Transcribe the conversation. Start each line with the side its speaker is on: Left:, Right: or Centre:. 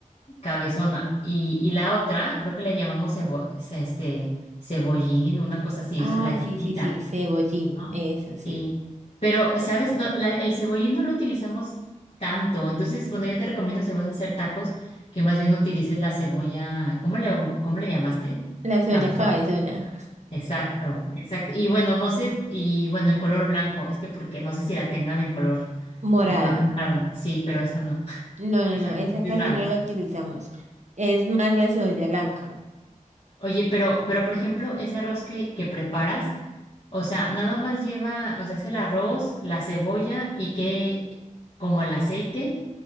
Left: cabezona. Y, y la otra, creo que le llamamos cebo- ce- este, cebollín, una cosa así,
Right: Ah,
Left: o sea, la chiquita.
Right: sí, sí, sí, cebollín,
Left: ¿no?
Right: eso sí.
Left: Sí. Pero, ¿sabes? No, la- el cebollín no lo utilizamos tanto. Entonces, bueno, yo te recomiendo si vas a hacer tacos, que más bien utilices la cebolla. ¿Cómo le, cómo le llamaste?
Right: La cebolla
Left: Cabezón.
Right: cabezona,
Left: Exacto, exacto. Y bueno, no sé, y bueno, en color blanco. Es que porque no sé si la tengan en color,
Right: morada.
Left: en color morado. Sí, pero esa no. <laughs>
Right: No, no,
Left: Esa
Right: no,
Left: no,
Right: esa
Left: sí
Right: casi
Left: es rara.
Right: no la utilizamos. Es más la cebolla blanca
Left: Oye, pero, pero por ejemplo, ese arroz que, que preparas, o sea, nada más lleva, o sea, es el arroz, la cebolla y que, como el aceite